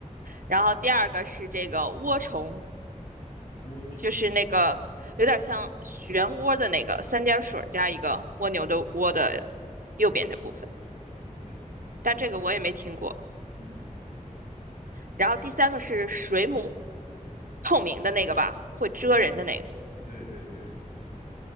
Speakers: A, on the right; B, on the left.
A: 然后第二个是这个涡虫，
B: 涡虫。
A: 就是那个有点像漩涡的那个三点水加一个蜗牛的蜗的右边的部分，
B: 哦，OK，
A: 但这个我也没听过。
B: 嗯，
A: 然后第三个是水母，透明的那个吧，会蜇人的那个。
B: 对对对，